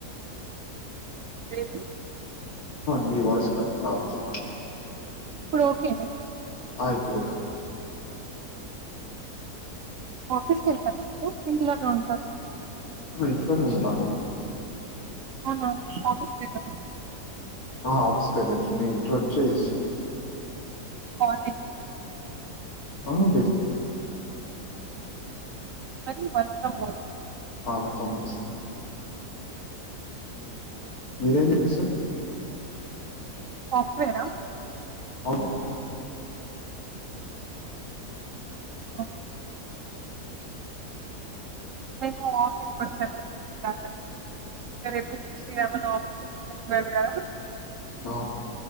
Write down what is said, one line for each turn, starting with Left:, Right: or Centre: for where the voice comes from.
Right: సి
Left: మీ వయిస్ కరెక్ట్ రావట్లే
Right: ఇప్పుడు ఓకే నా
Left: ఆ ఇప్పుడు ఓకే
Right: ఆఫీస్కి వెళ్తారు మీరు ఇంట్లోనే ఉంటార
Left: ఇంట్లోనే ఉంటా నేను
Right: అవునా ఆఫీస్ కి వెళ్ళరా
Left: ఆ అస్కల్ట్లే నేను ఇంట్లోనుంచే చేస్
Right: కాలేజా
Left: అవుండి
Right: <unintelligible> వర్క్ ఫ్రమ్ హోమ్
Left: <unintelligible>
Right: హ్మ్
Left: మీరేం చేస్తారు
Right: సాఫ్ట్వేరా
Left: అవును
Right: ఓ మేము ఆఫీస్కి వచ్చా <unintelligible> రేపు శ్రీరామ నవమి ఫెస్టివల్ గదా
Left: నొ